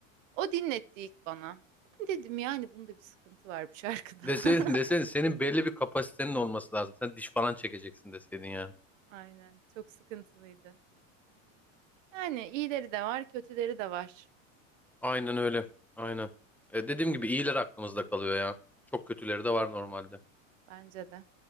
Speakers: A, on the right; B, in the centre.
A: O dinletti ilk bana. Ben dedim yani bunda bir sıkıntı var bu şarkıda.
B: Deseydin,
A: <laughs>
B: deseydin senin belli bir kapasitenin olması lazım. Sen diş falan çekeceksin deseydin yani.
A: Aynen. Çok sıkıntılıydı. Yani iyileri de var, kötüleri de var.
B: Aynen öyle. Aynen. E, dediğim gibi iyiler aklımızda kalıyor ya. Çok kötüleri de var normalde.
A: Bence de.